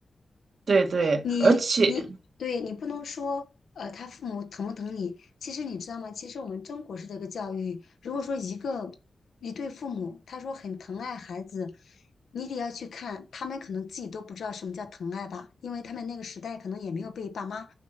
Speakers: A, on the right (about 60°); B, on the left (about 75°).
A: 对对，
B: 你你对你不能说，
A: 而且
B: 呃，他父母疼不疼你？其实你知道吗？其实我们中国式的一个教育，如果说一个一对父母，他说很疼爱孩子，你得要去看，他们可能自己都不知道什么叫疼爱吧，因为他们那个时代可能也没有被爸妈